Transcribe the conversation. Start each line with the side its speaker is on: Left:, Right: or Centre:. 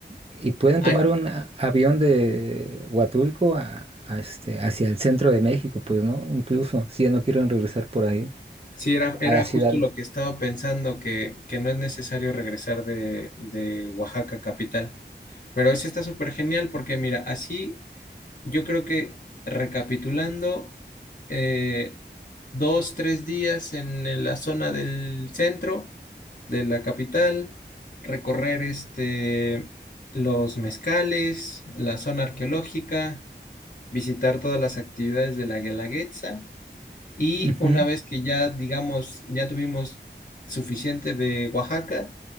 Right: y pueden
Left: ah,
Right: tomar un a- avión de Huatulco a- a este, hacia el centro de México, pues, ¿no? Incluso si ya no quieren regresar por ahí
Left: sí, era,
Right: a
Left: era
Right: la ciudad.
Left: justo lo que estaba pensando, que, que no es necesario regresar de, de Oaxaca capital. Pero eso está súper genial porque mira, así yo creo que recapitulando, eh, dos, tres días en, en la zona del centro de la capital, recorrer este, los mezcales, la zona arqueológica, visitar todas las actividades de la Guelaguetza Y
Right: Ujú.
Left: una vez que ya, digamos, ya tuvimos suficiente de Oaxaca,